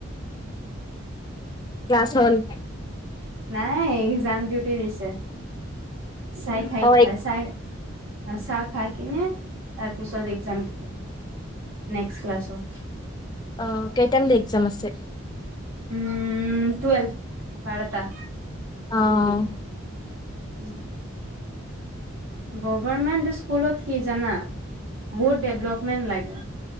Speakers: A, on the left (about 20°); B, on the right (about 85°).
A: ক্লাছ হ'ল‌?
B: নাই এক্সাম ডিউটি দিছে, চাই খাই
A: অ
B: চাই চাহ খাই কিনে তাৰপিছত এক্সাম দিব। নেক্সট ক্লাছৰ
A: অঁ কেইটালৈ এক্সাম আছে?
B: উমঁ' টুৱেলভ, বাৰতা।
A: অঁ।
B: উমঁ। গভমেন্ট স্কুলত কি জানা বহুত ডেভলপমেন্ট লাগে।